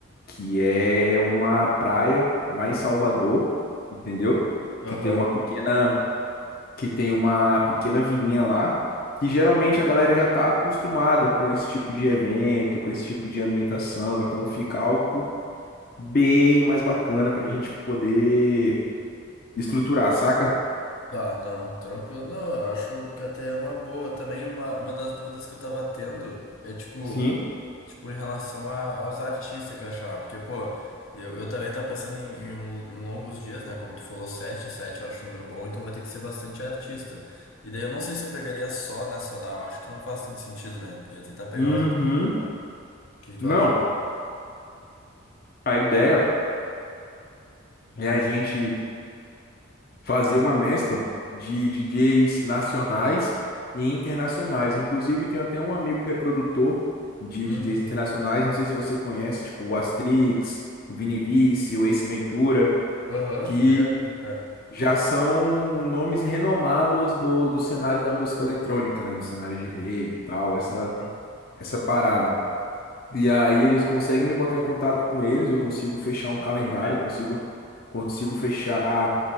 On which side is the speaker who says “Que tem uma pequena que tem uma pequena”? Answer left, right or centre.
Left